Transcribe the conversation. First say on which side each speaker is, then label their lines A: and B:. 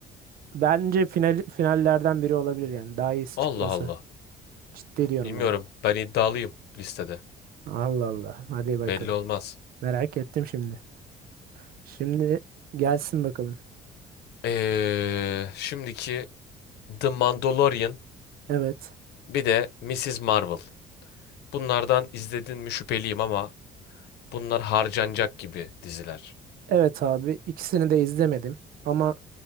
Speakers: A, on the right; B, on the left.
A: bence final, finallerden biri olabilir yani. Daha iyisi
B: Allah
A: çıkması.
B: Allah.
A: Ciddi diyorum
B: Bilmiyorum.
A: yani.
B: Ben iddialıyım listede.
A: Allah Allah. Hadi bakalım.
B: Belli olmaz.
A: Merak ettim şimdi. Şimdi gelsin bakalım.
B: Ee, şimdiki The Mandalorian
A: Evet.
B: bir de Mrs. Marvel. Bunlardan izledin mi şüpheliyim ama bunlar harcanacak gibi diziler.
A: Evet abi. ikisini de izlemedim. Ama